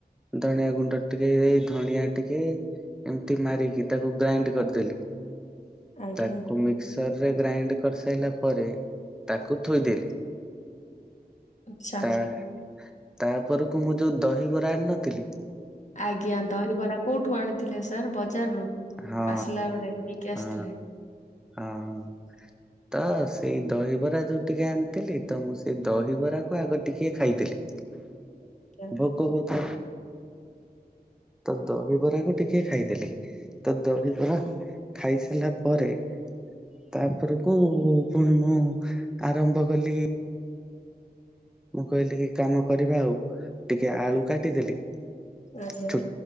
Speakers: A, in the centre; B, on the left.
A: ଧଣିଆ ଗୁଣ୍ଡ ଟିକେ ଏଇ ଧଣିଆ ଟିକେ। ଏମିତି ମାରିକି ତାକୁ ଗ୍ରାଇଣ୍ଡ କରିଦେଲି
B: ଆଜ୍ଞା
A: ତାକୁ ମିକ୍ସରରେ ଗ୍ରାଇଣ୍ଡ କରିସାରଲା ପରେ ତାକୁ ଥୋଇଦେଲି
B: ଆଚ୍ଛା
A: ତା ତା ପରକୁ ମୁଁ ଯୋଉ ଦହିବରା ଆଣିିନଥିଲି।
B: ଆଜ୍ଞା ଦହିବରା କୋଉଠୁ ଆଣିଥିଲେ ସାର୍ ବଜାରରୁୁ
A: ହଁ
B: ଆସିଲା ବେଳେ ନେଇକି
A: ହଁ
B: ଆସିଥିଲେ।
A: ହଁ ତ ସେଇ ଦହିବରା ଯୋଉ ଟିକେ ଆଣିଥିଲି ତ ମୁଁ ସେଇ ଦହିବରାକୁ ଆଗ ଟିକେ ଖାଇଥିଲି।
B: ଆଜ୍ଞା
A: ଭୋକ ହୁତ ତ ଦହିବରାକୁ ଟିକେ ଖାଇଦେଲି ତ ଦହିବରା ଖାଇସାରିଲା ପରେ ତାପରକୁ ପୁଣି ମୁଁ ଆରମ୍ଭ କଲି ମୁଁ କହିଲି କି କାମ କରିବା ଆଉ ଟିକେ ଆଳୁ କାଟିଦେଲି
B: ଆଜ୍ଞା
A: ଛୁ